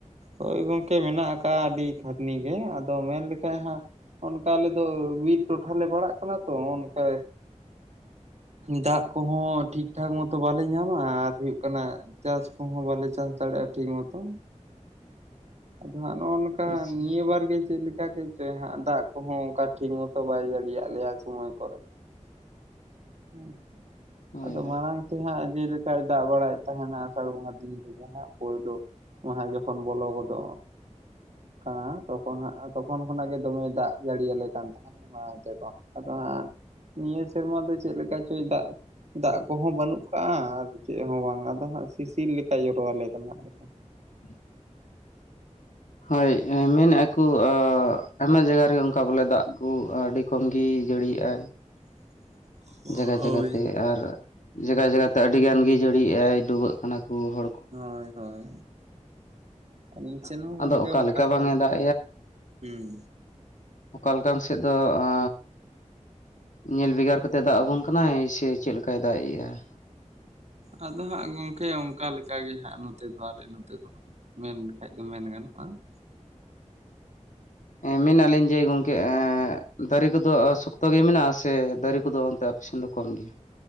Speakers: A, on the right; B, on the left.
A: ᱦᱳᱭ ᱜᱚᱝᱠᱮ ᱢᱮᱱᱟᱜ ᱟᱠᱟᱜ-ᱟ ᱟᱹᱰᱤ ᱠᱷᱟᱴᱱᱤ ᱜᱮ ᱟᱫᱚ ᱢᱮᱱ ᱞᱮᱠᱷᱟᱡ ᱦᱟᱸᱜ ᱚᱱᱠᱟ ᱟᱞᱮ ᱫᱚ ᱢᱤᱫ ᱴᱚᱴᱷᱟ ᱞᱮ ᱯᱟᱲᱟᱜ ᱠᱟᱱᱟ ᱛᱚ ᱚᱱᱠᱟ ᱫᱟᱜ ᱠᱚᱦᱚᱸ ᱴᱷᱤᱠ ᱴᱷᱟᱠ ᱢᱚᱛᱚ ᱵᱟᱞᱮ ᱧᱟᱢᱟ ᱟᱨ ᱦᱩᱭᱩᱜ ᱠᱟᱱᱟ ᱪᱟᱥ ᱠᱚᱦᱚᱸ ᱵᱟᱞᱮ ᱪᱟᱥ ᱫᱟᱲᱮᱭᱟᱜ-ᱟ ᱴᱷᱤᱠ ᱢᱚᱛᱚ ᱟᱫᱚ ᱦᱟᱸᱜ ᱱᱚᱜ-ᱚ ᱱᱚᱠᱟ
B: ᱟᱪᱪᱷᱟ
A: ᱱᱤᱭᱟᱹ ᱵᱟᱨ ᱜᱮ ᱪᱮᱫ ᱞᱮᱠᱟ ᱠᱮᱫ ᱪᱚᱭ ᱦᱟᱸᱜ ᱫᱟᱜ ᱠᱚᱦᱚᱸ ᱚᱱᱠᱟ ᱴᱷᱤᱠ ᱢᱚᱛᱚ ᱵᱟᱭ ᱡᱟᱹᱲᱤᱭᱟᱜ ᱞᱮᱭᱟ ᱥᱚᱢᱚᱭ ᱠᱚᱨᱮ <unintelligible>
B: ᱦᱳᱭ
A: ᱟᱫᱚ
B: ᱦᱳᱭ
A: ᱢᱟᱲᱟᱝ ᱛᱮ ᱦᱟᱸᱜ ᱡᱮᱞᱮᱠᱟᱭ ᱫᱟᱜ ᱵᱟᱲᱟᱭᱮᱫ ᱛᱟᱦᱮᱱᱟ ᱟᱥᱟᱲ ᱵᱚᱸᱜᱟ ᱫᱤᱱ ᱨᱮᱜᱮ ᱦᱟᱸᱜ ᱯᱳᱭᱞᱳ ᱚᱸᱦᱟᱜ ᱡᱚᱠᱷᱚᱱ ᱵᱚᱞᱚ ᱜᱚᱫᱚᱜ ᱠᱟᱱᱟ ᱛᱚᱠᱷᱚᱱ ᱦᱟᱸᱜ ᱛᱚᱠᱷᱚᱱ ᱠᱷᱚᱱᱟᱜ ᱜᱮ ᱫᱚᱢᱮ ᱫᱟᱜ ᱾ ᱫᱟᱜ ᱡᱟᱹᱲᱤᱭᱟᱞᱮ ᱠᱟᱱ ᱛᱟᱦᱮᱱᱟ ᱢᱟᱲᱟᱝ ᱛᱮᱫᱚ ᱟᱫᱚ ᱦᱟᱸᱜ ᱱᱤᱭᱟᱹ ᱥᱮᱨᱢᱟ ᱫᱚ ᱪᱮᱫ ᱞᱮᱠᱟ ᱪᱚᱭᱮ ᱫᱟᱜ ᱫᱟᱜ ᱠᱚᱦᱚᱸ ᱵᱟᱹᱱᱩᱜ ᱠᱟᱜᱼᱟ ᱟᱨ ᱪᱮᱫ ᱦᱚᱸ ᱵᱟᱝ ᱟᱫᱚ ᱦᱟᱸᱜ ᱥᱤᱥᱤᱨ ᱞᱮᱠᱟᱭ ᱡᱚᱨᱚᱣᱟᱞᱮ ᱠᱟᱱᱟ ᱟᱞᱮ ᱫᱚ ᱾
B: <inaudible> ᱦᱳᱭ ᱢᱮᱱᱮᱫᱼᱟ ᱠᱚ ᱟᱭᱢᱟ ᱡᱟᱭᱜᱟ ᱨᱮᱜᱮ ᱚᱱᱠᱟ ᱵᱚᱞᱮ ᱫᱟᱜ ᱠᱚ ᱟᱹᱰᱤ ᱠᱚᱢ ᱜᱤᱭ ᱡᱟᱹᱲᱤᱭᱮᱜᱼᱟᱭ ᱾
A: <inaudible>
B: ᱡᱟᱭᱜᱟ
A: ᱦᱳᱭ
B: ᱡᱟᱭᱜᱟᱛᱮ ᱟᱨ ᱡᱟᱭᱜᱟ ᱡᱟᱭᱜᱟᱛᱮ ᱟᱹᱰᱤᱜᱟᱱ ᱜᱮ ᱡᱟᱹᱲᱤᱭᱮᱜ ᱟᱭ ᱰᱩᱵᱟᱹᱜ ᱠᱟᱱᱟ ᱠᱚ ᱦᱚᱲ ᱠᱚ ᱾
A: ᱦᱳᱭ ᱦᱳᱭ ᱤᱧ ᱴᱷᱮᱱ ᱦᱚᱸ ᱜᱚᱝᱠᱮ
B: ᱟᱫᱚ ᱚᱠᱟ
A: ᱚᱱᱠᱟ
B: ᱞᱮᱠᱟ ᱵᱟᱝ
A: ᱜᱮ ᱟᱹᱵᱤᱱ
B: ᱮ ᱫᱟᱜ
A: <unintelligible> ᱦᱮᱸ
B: ᱚᱠᱟᱱ ᱚᱠᱟᱱ ᱥᱮᱫ ᱫᱚ ᱟ ᱧᱮᱞ ᱵᱷᱮᱜᱟᱨ ᱠᱟᱛᱮ ᱫᱟᱜ ᱟᱵᱚᱱ ᱠᱟᱱᱟᱭ ᱥᱮ ᱪᱮᱫ ᱞᱮᱠᱟᱭ ᱫᱟᱜ ᱮᱜᱼᱟ ᱾
A: ᱟᱫᱚ ᱦᱟᱸᱜ ᱜᱚᱝᱠᱮ ᱚᱱᱠᱟ ᱞᱮᱠᱟ ᱜᱮ ᱦᱟᱸᱜ ᱱᱚᱛᱮ ᱫᱚ ᱟᱞᱮ ᱱᱚᱛᱮ ᱫᱚ ᱦᱟᱸᱜ ᱢᱮᱱ ᱵᱟᱠᱷᱟᱡ ᱫᱚ ᱢᱮᱱ ᱜᱟᱱᱚᱜᱼᱟ ᱾
B: ᱢᱮᱱᱮᱜᱼᱟᱞᱤᱧ ᱡᱮ ᱜᱚᱝᱠᱮ ᱫᱟᱨᱮ ᱠᱚᱫᱚ ᱥᱚᱠᱛᱚ ᱜᱮ ᱢᱮᱱᱟᱜᱼᱟ᱾ ᱥᱮ ᱫᱟᱨᱮ ᱠᱚᱫᱚ ᱚᱱᱛᱮ ᱥᱮᱱ ᱫᱚ ᱠᱚᱢ ᱜᱮᱭᱟ᱾